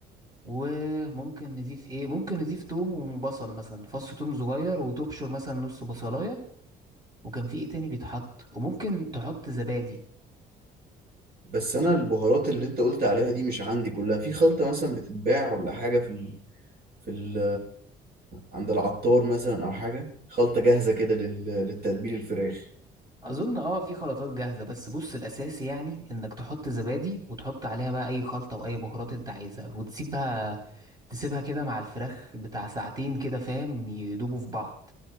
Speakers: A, on the right (about 25°); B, on the right (about 65°).
A: وممكن نضيف ايه ممكن نضيف توم وبصل مثلا فص توم صغير وتبشر مثلا نص بصلاية وكان في ايه تاني بيتحط وممكن تحط زبادي
B: بس انا البهارات اللي انت قلت عليها دي مش عندي كلها في خلطة مثلا بتتباع ولا حاجة في ال... في ال... عند العطار مثلا او حاجة خلطة جاهزة كده لل... للتتبيل الفراخ
A: اظن اه في خلطات جاهزه بس بص الاساسي يعني انك تحط زبادي وتحط عليها بقى اي خلطه واي بهارات انت عايزها وتسيبها تسيبها كده مع الفراخ بتاع ساعتين كده فاهم يدوبوا في بعض